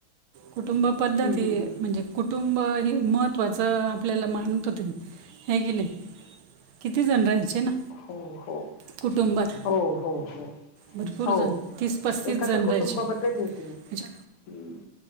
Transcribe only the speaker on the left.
हं, हं, हं.
हो हो,
हो हो हो.
हो
एकत्र
कुटुंबा
पद्धत होती हो
हम्.